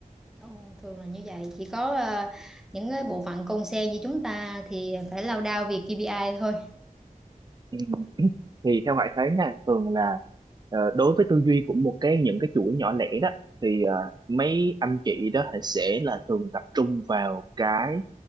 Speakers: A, in the centre; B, on the right.
A: Ồ, thường là như vậy chỉ có ờ, những cái bộ phận con sen như chúng ta thì phải lao đao vì KPI thôi
B: Ừ. thì theo Hải thấy nha thường là ờ, đối với tư duy của một cái những cái chuỗi nhỏ lẻ đó thì ờ, mấy anh chị đó thì sẽ là thường tập trung vào cái